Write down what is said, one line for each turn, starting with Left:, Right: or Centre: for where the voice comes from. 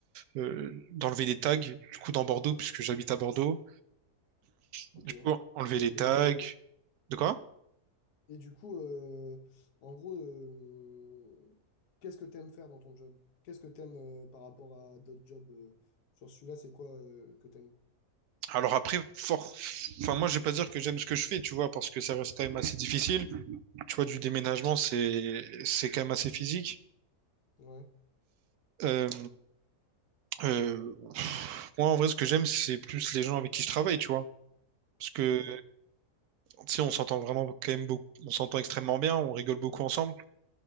Right: euh, d'enlever des tags, du coup, dans Bordeaux, puisque j'habite à Bordeaux. Du
Left: ok.
Right: coup, enlever les tags.
Left: Et,
Right: De quoi?
Left: Et du coup, euh, en gros, euh, qu'est-ce que tu aimes faire dans ton job? Qu'est-ce que tu aimes par rapport à d'autres jobs? euh, sur celui-là, c'est quoi euh, que tu aimes?
Right: Alors après, fort... enfin, moi, je vais pas dire que j'aime ce que je fais, tu vois, parce que ça reste quand même assez difficile. Tu vois, du déménagement, c'est c'est quand même assez physique.
Left: Ouais,
Right: Euh, euh, Moi, en vrai, ce que j'aime, c'est plus les gens avec qui je travaille, tu vois. Parce que,
Left: ok,
Right: tu sais, on s'entend vraiment quand même beaucoup, on s'entend extrêmement bien, on rigole beaucoup ensemble.